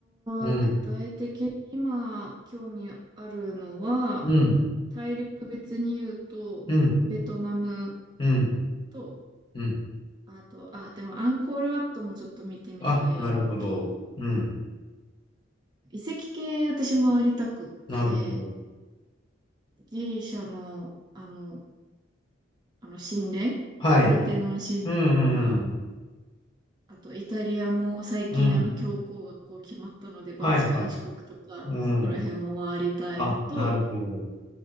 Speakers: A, on the left; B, on the right.
A: うん、
B: ーん具体的に今、興味あるのは、
A: うん、
B: 大陸別に言うと、
A: うん、
B: ベトナム
A: うん、
B: と、
A: うん。
B: あと、あ、でもアンコールワットもちょっと見てみたいのと、
A: あ、なるほど。うん、
B: 遺跡系私回りたくって、
A: なるほど。
B: ギリシャの、あの、あの神殿、
A: はい。
B: パルテノン神殿とか、
A: うん、うん、
B: あとイタリアも最近あの教皇がこう決まったので、
A: うん。
B: バチカン四国とか、
A: はい、はい。うん。
B: そこら辺も回りたいのと、
A: あ、なるほど。